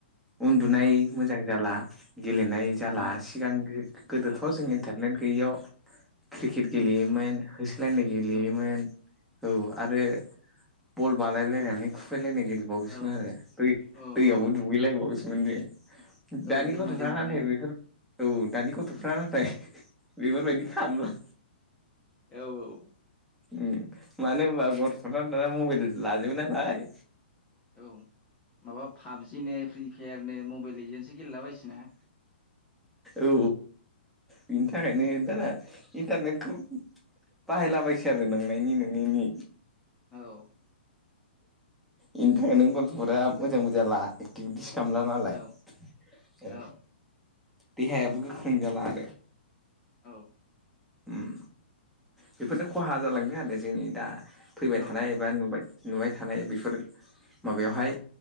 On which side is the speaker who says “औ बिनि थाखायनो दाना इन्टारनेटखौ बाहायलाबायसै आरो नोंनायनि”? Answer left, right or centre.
Centre